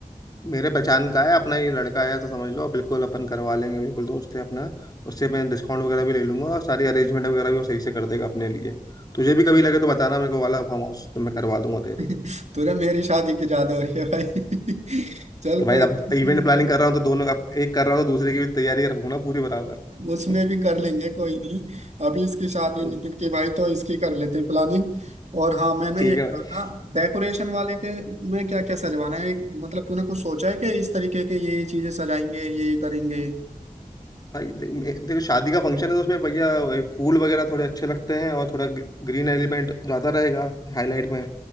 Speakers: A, on the left; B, on the right.
A: मेरे पहचान का है अपना ही लड़का है तो समझ लो बिल्कुल अपन करवा लेंगे बिल्कुल दोस्त है अपना उससे मैं डिस्काउंट वगैरह भी ले लूंगा और सारी अरेंजमेंट वगैरह भी वो सही से कर देगा अपने लिए तुझे भी कभी लगे तो बताना मेरे को वाला फार्म हाउस तो मैं करवा दूंगा
B: <laughs>
A: तेरे को
B: तुझे मेरी शादी की ज्यादा हो रही है भाई <laughs> चल
A: तो भाई
B: कोई नहीं,
A: अब इवेंट प्लानिंग कर रहा हूँ तो दोनों अब एक कर रहा हूँ तो दूसरे की भी तैयारी रखूंगा ना पूरी बराबर
B: उसमें
A: <laughs>
B: भी कर लेंगे कोई नहीं अभी इसकी शादी है
A: हम्म,
B: नितिन की भाई तो इसकी कर लेते हैं प्लानिंग और हाँ मैं ना
A: ठीक
B: ये कह
A: है भाई
B: रहा था डेकोरेशन वाले के में क्या क्या सजवाना है मतलब तूने कुछ सोचा है कि इस तरीके के ये ये चीजें सजाएंगे ये ये करेंगे
A: भाई दे, मे- देखो शादी का फंक्शन है तो उसमें भैया वही फूल वगैरह थोड़े अच्छे लगते हैं और थोड़ा ग- ग्रीन एलिमेंट ज्यादा रहेगा हाईलाइट में